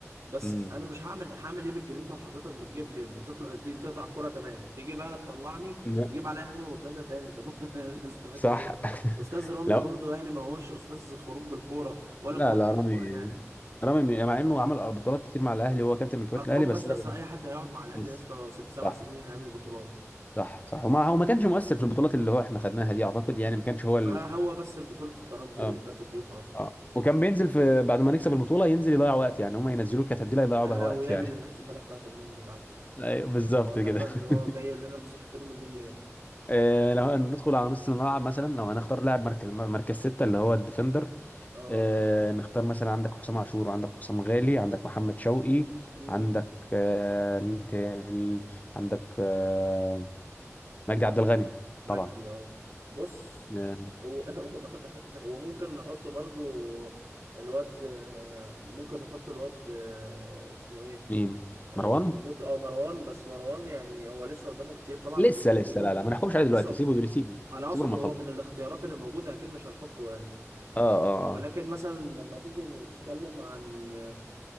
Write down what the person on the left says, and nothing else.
امم
لا،
صح
<laughs>
لا
لا
لا
رامي
رامي مع انه عمل بطولات كتير مع الاهلي وهو كابتن من كباتن
الاهلي بس
انا
بن-
بس
صح
صح صح وما هو ما كانش مؤثر في البطولات اللي هو احنا خدناها دي اعتقد يعني ما كانش هو
اه
اه وكان بينزل في بعد ما نكسب البطوله ينزل يضيع وقت يعني هم ينزلوه كتبديله يضيعوا
بها
وقت
يعني
<laughs>
أيوة، بالظبط
كده
<laughs>
آه، لو ندخل على نص الملعب مثلا لو هنختار لاعب مركز مركز ستة اللي هو الديفندر
آه، نختار مثلا عندك حسام عاشور وعندك حسام غالي عندك محمد شوقي
عندك آه، مين تاني عندك آه، مجدي عبد الغني
طبعا
آه،
مين
مروان
لسه
لسه لا لا ما نحكمش عليه
دلوقتي سيبه دلوقتي سيبه
سيبه لما
يخلص
اه اه